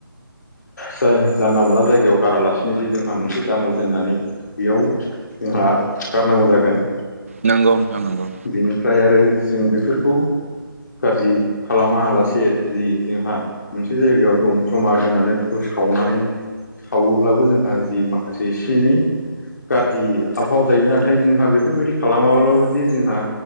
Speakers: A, on the left (about 50°); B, on the right (about 35°).
A: जा जानला मोनला जायगायाव गारालासिनो जे जोंहा मोनसे दामोल दोननानै बेयाव जोंहा गारनांगौ जागोन।
B: नंगौ नोंथां नंगौ।
A: बेनिफ्राय आरो जों बेफोरखौ गाज्रि खालामालासे जि जोंहा मोनसे जायगायाव दम ज'मा दोननानै फोर सावनानै सावोब्लाबो जोंहा जि माखासे एसे एनै गाज्रि आबहाव जायो। नाथाय जोंहा बेफोरबायदि खालामाब्लाबो जे जोंहा